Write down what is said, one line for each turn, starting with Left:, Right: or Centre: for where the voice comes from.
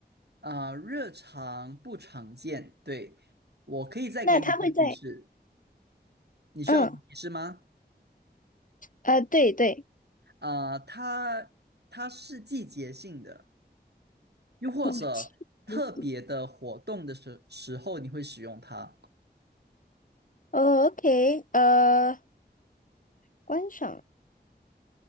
Right: 啊，热常不常见。对，我可以再给你一个提示，
Left: 那它会在
Right: 你需要我的提示吗？
Left: 嗯，啊，对对，
Right: 啊，它它是季节性的。又或者特别的活动的时时候，
Left: 我记得
Right: 你会使用它。
Left: 哦，OK，呃，观赏